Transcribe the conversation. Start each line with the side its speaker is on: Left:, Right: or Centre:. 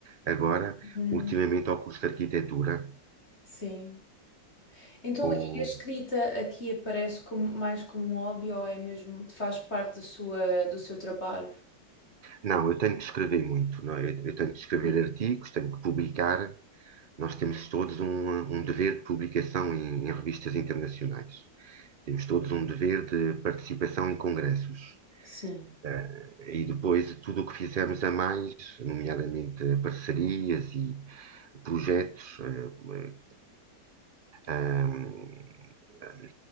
Right: agora,
Left: Uhum,
Right: ultimamente ao curso de Arquitetura.
Left: sim. Então,
Right: O,
Left: e a escrita aqui aparece como, mais como um hobby ou é mesmo, faz parte da sua, do seu trabalho?
Right: não, eu tenho que escrever muito, não é? Eu, eu tenho que escrever
Left: Sim.
Right: artigos, tenho que publicar. Nós temos todos um, um dever de publicação em, em revistas internacionais. Temos todos um dever de participação em congressos.
Left: Sim,
Right: Uh, e depois tudo o que fizermos a mais, nomeadamente parcerias e projetos, uh, uh, uh, uh,